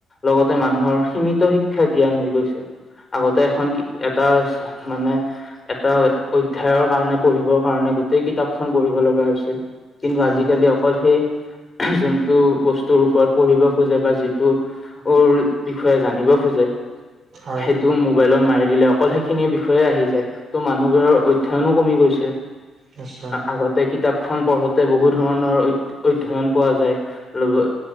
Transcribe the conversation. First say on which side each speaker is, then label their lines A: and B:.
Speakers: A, on the left; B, on the right.
A: লগতে মানুহৰ সীমিত শিক্ষা জ্ঞান হৈ গৈছে। আগতে এখন কি এটা মানে এটা অধ্যয়অৰ কাৰণে পঢ়িবৰ কাৰণে গোটেই কিতাপখন পঢ়িব লগা হৈছিল। কিন্তু
B: হয়
A: আজিকালি অকল সেই যোনটো বস্তুৰ ওপৰত পঢ়িব খোজে বা যিটো উৰ বিষয়ে জানিব খোজে,
B: হয়
A: সেইটো মোবাইলত মাৰি দিলে অকল সেইখিনি বি বিষয়ে আহি যায়, ত' মানুহবোৰৰ অধ্যয়নো কমি গৈছে।
B: নিশ্চয়
A: আগত কিতাপখন পঢ়োতে বহু ধৰণৰ অধ্যয়ন পোৱা যায়। ল